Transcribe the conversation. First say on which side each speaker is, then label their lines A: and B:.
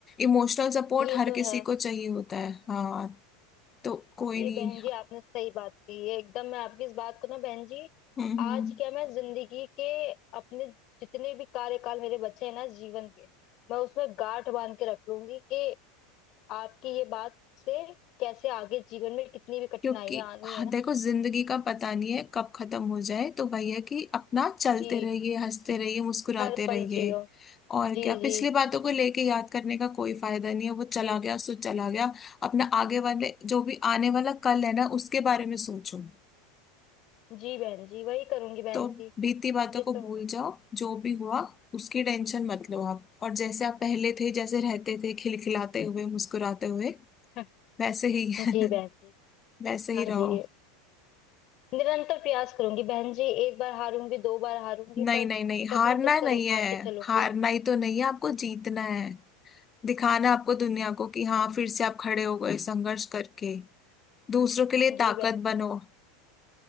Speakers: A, on the left; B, on the left.
A: इमोशनल सपोर्ट
B: ये
A: हर
B: तो
A: किसी
B: है
A: को चाहिए होता है हाँ तो कोई
B: ये
A: नहीं
B: बहन जी आपने सही बात कही है एकदम मैं आपकी इस बात को ना बहन जी
A: हम्म
B: आज
A: हम्म।
B: क्या मैं जिंदगी के अपने जितने भी कार्यकाल मेरे बचे हैं ना जीवन के मैं उसमें गांठ बांध के रख लूंगी कि आपकी ये बात से कैसे आगे जीवन में कितनी भी कठिनाइयां
A: क्योंकि
B: आनी
A: हाँ,
B: है ना
A: देखो जिंदगी का पता नहीं है कब खत्म हो जाए तो वही है कि अपना चलते
B: जी
A: रहिए हंसते रहिए मुस्कुराते
B: हर
A: रहिए
B: पल जियो
A: और
B: जी
A: क्या पिछली
B: जी जी
A: बातों को लेके याद करने का कोई फायदा नहीं है वो चला गया सो चला गया अपना आगे वाले जो भी आने वाला कल है ना उसके बारे में सोचो
B: जी बहन जी वही करूंगी बहन
A: तो
B: जी
A: बीती बातों
B: ये
A: को
B: तो
A: भूल जाओ जो भी हुआ उसकी टेंशन मत लो आप और जैसे आप पहले थे जैसे रहते थे खिलखिलाते हुए मुस्कुराते हुए
B: है <laughs>
A: वैसे ही <laughs>
B: जी बहन जी
A: वैसे ही
B: हाँ जी
A: रहो
B: निरंतर प्रयास करूंगी बहन जी एक बार हारूंगी दो बार हारूंगी
A: नहीं
B: पर
A: नहीं नहीं हारना
B: कभी तो सर
A: नहीं
B: उठा
A: है
B: के चलूंगी
A: हारना ही तो नहीं है आपको जीतना है दिखाना है आपको दुनिया को कि हाँ फिर से आप खड़े हो गए संघर्ष करके दूसरों के लिए
B: जी
A: ताकत
B: बहन जी
A: बनो